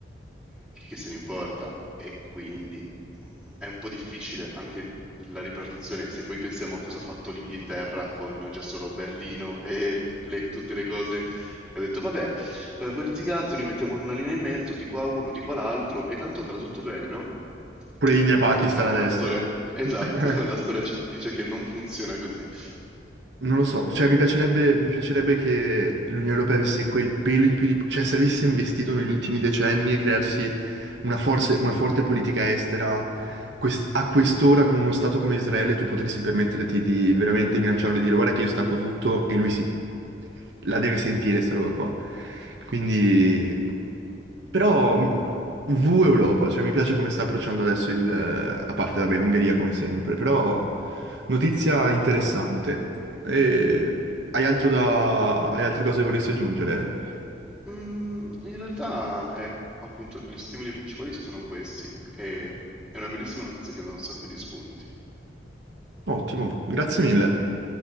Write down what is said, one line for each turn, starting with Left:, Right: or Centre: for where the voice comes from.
Centre: Che se ne importa? E quindi mhmm, è un po' difficile anche la ripartizione, se poi pensiamo a cosa ha fatto l'Inghilterra con già solo Berlino e le- tutte le cose, ha detto vabbè, eh, voi litigate, noi mettiamo una linea in mezzo, di qua uno, di qua l'altro, e tanto andrà tutto bene, no?
Right: pure India e Pakistan
Centre: E purtroppo
Right: adesso.
Centre: la storia, esatto,
Right: <laughs>
Centre: <laughs> la storia ci dice che non funziona così.
Right: Non lo so, cioè mi piacerebbe, mi piacerebbe che l'Unione Europea avesse quel pelo in più di... cioè se avesse investito negli ultimi decenni e crearsi una, forse- una forte politica estera, quest- a quest'ora con uno Stato come Israele tu potresti permetterti di veramente minacciarlo e dire guarda che io stacco tutto e lui si... la deve sentire sta roba qua. Quindi... Però mh, V Europa, cioè mi piace come sta approcciando adesso il... a parte vabbè l'Ungheria come sempre, però... Notizia interessante. E hai altro da... hai altre cose che vorresti aggiungere?
Centre: Mm, in realtà, eh, appunto, gli stimoli principali sono questi, e è una bellissima notizia che dà un sacco di spunti.
Right: Ottimo, grazie mille.